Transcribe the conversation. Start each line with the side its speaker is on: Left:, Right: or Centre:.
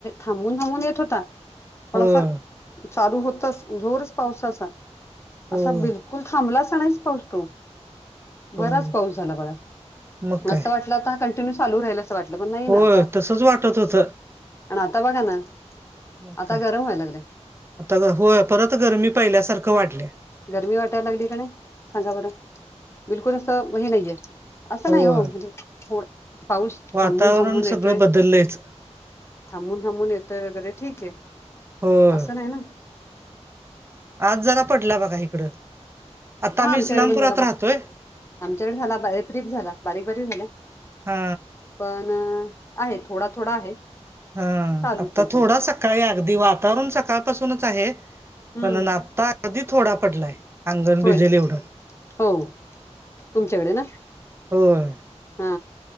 Left: थांबून थांबून येत होता. पण
Right: होय
Left: असा चालू होतच जोरच पावसाचा
Right: होय
Left: असा बिलु- ल थांबला सणच पाऊस तो
Right: होय
Left: बराच पाऊस झाला बघ
Right: मग काय
Left: अस वाट- आ कंटिन्यू चालू राहिल असं वाटलं, पण नाही ना
Right: होय
Left: आता
Right: तसच वाटत होत
Left: आता बघा ना.
Right: मग
Left: आता
Right: काय,
Left: गरम व्हायला लागलंय
Right: आता होय परत गरमी पहिल्यासारखं वाढली.
Left: गरमी वाटायला लागली का नाही, सांगा बरं बिलकुल असं हे नाहीये. असं
Right: होय
Left: नाही हो म्हणजे थोड पाऊस थांबून
Right: वातावरण
Left: थांबून येतोय.
Right: सगळं बदललंयच
Left: थांबून थांबून येतोय वगैरे ठीक आहे
Right: होय
Left: असं नाही ना
Right: आज जरा पडला बघा इकडं आता आम्ही
Left: हा आमच्याकडे
Right: इस्लामपुरात
Left: पण झाला
Right: राहतोय.
Left: बा आमच्याकडे झाला <inaudible> झाला बारीक बारीक झाला.
Right: हा
Left: पण आहे थोडा थोडा आहे.
Right: हा
Left: चालूच
Right: आता
Left: आहे पण
Right: थोडा सकाळी अगदी वातावरण सकाळपासूनच आहे.
Left: हम्म
Right: पण आता अगदी थोडा पडलाय अंगण
Left: होय
Right: भिजल एवढं.
Left: हो तुमच्याकडे ना.
Right: होय.
Left: हा